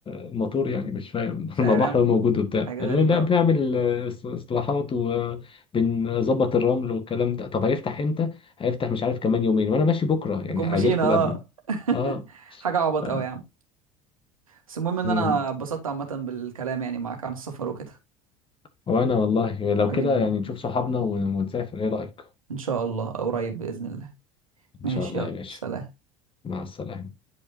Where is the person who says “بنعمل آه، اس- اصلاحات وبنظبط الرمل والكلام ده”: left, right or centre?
Left